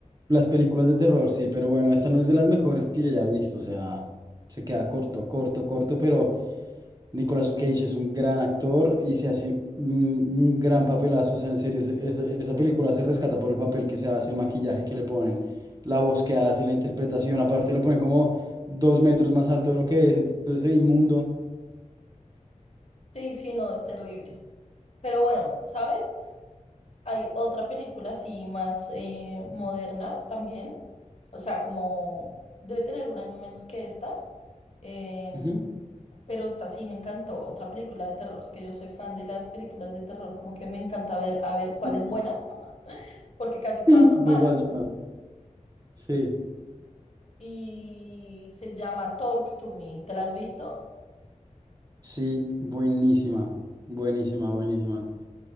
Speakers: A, on the right; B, on the left.
A: las películas de terror, sí, pero bueno, esta no es de las mejores que yo haya visto, o sea, se queda corto, corto, corto, pero Nicolas Cage es un gran actor y se hace un, un gran papelazo, o sea, en serio, se- esa, esa película se rescata por el papel que se hace, el maquillaje que le ponen, la voz que hace, la interpretación, aparte lo ponen como dos metros más alto de lo que es, entonces se ve inmundo.
B: Sí, sí, no, es terrible. Pero bueno, ¿sabes? Hay otra película así más eh, moderna también, o sea, como debe tener un año menos que esta Em,
A: Ujú. <laughs>
B: pero esta sí me encantó, otra película de terror. Es que yo soy fan de las películas de terror, como que me encanta ver a ver cuál
A: Sí,
B: es buena, porque casi
A: sí.
B: todas son malas.
A: Igual, igual. Sí,
B: Y se llama Talk to Me. ¿Te la has visto?
A: sí, buenísima, buenísima, buenísima.